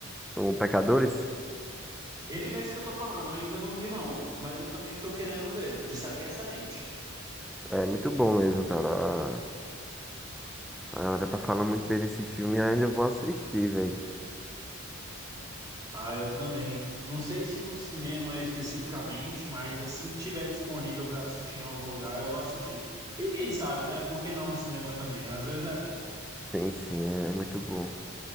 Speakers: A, in the centre; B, on the right (about 20°).
A: O Pecadores?
B: Ele mesmo que eu tô falando, eu ainda não vi, não. Mas eu também tô querendo ver. Disseram que é excelente.
A: É muito bom mesmo, cara. A a galera tá falando muito bem desse filme e ainda eu vou assistir, velho.
B: Ah, eu também. Não sei se no cinema especificamente, mas assim que tiver disponível pra assistir em algum lugar, eu vou assistir. E quem sabe, né? Por que não o cinema também? Às vezes é bom.
A: Sim, sim, é é muito bom.